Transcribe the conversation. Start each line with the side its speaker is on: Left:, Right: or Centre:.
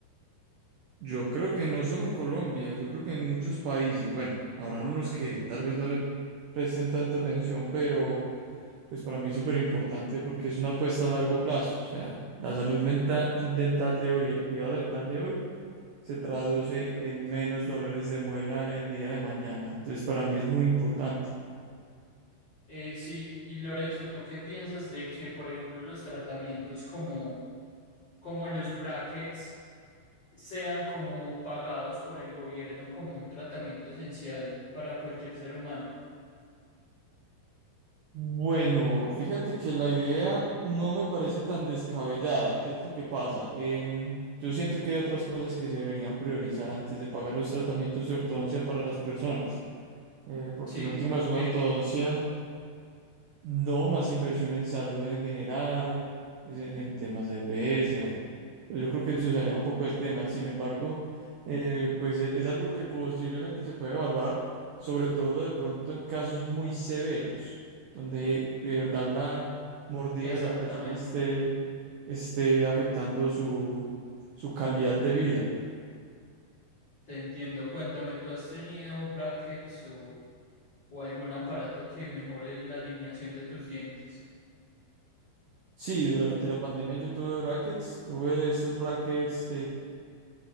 Right: Yo creo que no solo en Colombia, yo creo que en muchos países, bueno, habrán unos que tal vez no le presten tanta atención, pero pues para mí es súper importante porque es una apuesta a largo plazo, o sea, la salud mental, dental de hoy, el cuidado dental de hoy, se traduce en menos dólares de muela el día de mañana, entonces para mí es muy importante.
Left: Eh, sí, y Lorenzo, ¿tú qué piensas de que por ejemplo los tratamientos como, como los brackets sean como pagados por el gobierno como un tratamiento esencial para cualquier ser humano?
Right: Bueno, fíjate que la idea no me parece tan descabellada. ¿Qué es lo que pasa? Em, yo siento que hay otras cosas que se deberían priorizar antes de pagar los tratamientos de ortodoncia para las personas. eh, porque
Left: Sí,
Right: en últimas
Left: como que
Right: una ortodoncia no, más inversión en salud en general, es en, en temas de EPS, bueno. Pero yo creo que eso se aleja un poco del tema. Sin embargo, eh, pues e- es, algo que posiblemente se puede evaluar, sobre todo de pronto en casos muy severos, donde de verdad la mordida
Left: exactamente.
Right: de la persona esté, esté afectando su, su calidad de vida.
Left: Te entiendo, cuéntame, ¿tú has tenido brackets o, o algún aparato que mejore la alineación de tus dientes?
Right: Sí, durante la pandemia yo tuve brackets, tuve estos brackets